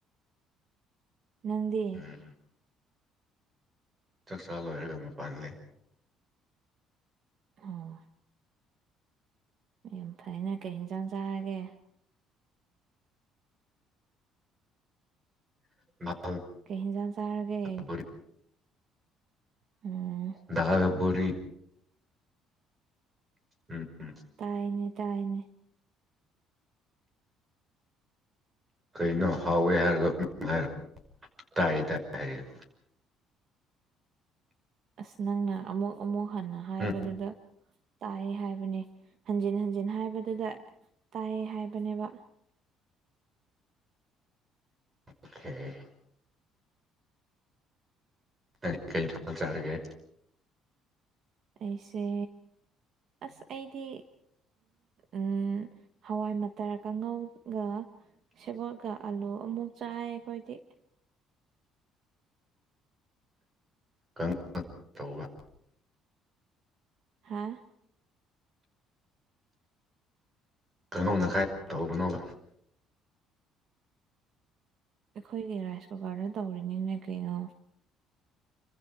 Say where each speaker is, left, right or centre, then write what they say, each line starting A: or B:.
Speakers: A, on the right; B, on the right.
A: ꯅꯪꯗꯤ
B: ꯎꯝ ꯆꯥꯛꯆꯥꯥ ꯂꯣꯏꯔꯒ ꯃꯄꯥꯟꯗ ꯂꯩ
A: ꯑꯣ ꯌꯥꯝ ꯐꯩꯅ ꯀꯩ ꯌꯦꯟꯁꯥꯡ ꯆꯥꯔꯒꯦ
B: <unintelligible>
A: ꯀꯩ ꯍꯦꯟꯖꯥꯡ ꯆꯥꯔꯒꯦ
B: ꯕꯣꯔꯤ
A: ꯑꯣ
B: ꯗꯥꯜꯒ ꯕꯣꯔꯤ ꯎꯝ ꯎꯝ
A: ꯇꯥꯏꯅꯦ ꯇꯥꯏꯅꯦ
B: ꯀꯩꯅꯣ ꯍꯥꯎꯋ ꯍꯥꯏꯔꯒ ꯇꯥꯏ ꯇꯥꯏ ꯍꯥꯏꯔꯤꯕ
A: ꯑꯁ ꯅꯪꯅ ꯑꯃꯨꯛ ꯑꯃꯨꯛ ꯍꯟꯅ ꯍꯥꯏꯕꯗꯨꯗ
B: ꯎꯝ
A: ꯇꯥꯏꯑ ꯍꯥꯏꯕꯅꯦ ꯍꯟꯖꯤꯟ ꯍꯟꯖꯤꯟ ꯍꯥꯏꯕꯗꯨꯗ ꯇꯥꯏꯌꯦ ꯍꯥꯏꯕꯅꯦꯕ
B: ꯑꯣ <unintelligible> <inaudible> ꯀ ꯀꯔꯤ ꯊꯥꯆꯔꯒꯦ
A: ꯑꯩꯁꯦ ꯑꯁ ꯑꯩꯗꯤ ꯎ ꯍꯋꯥꯏ ꯃꯇꯔ ꯀꯥꯡꯉꯧꯒ ꯁꯦꯕꯣꯠꯒ ꯑꯥꯂꯨ ꯑꯃꯨꯛ ꯆꯥꯏ ꯑꯩꯈꯣꯏꯗꯤ
B: ꯀ ꯇꯧ <unintelligible> <inaudible>
A: ꯍꯥꯥ <unintelligible> <inaudible>
B: ꯀꯩꯅꯗꯧꯅ ꯀꯥꯏ ꯇꯎꯕꯅꯣꯕ
A: ꯑꯩꯈꯣꯏꯒꯤ ꯔꯥꯏꯁ ꯀꯨꯀꯔꯗ ꯇꯧꯔꯤꯅꯤꯅꯦ ꯀꯩꯅꯣ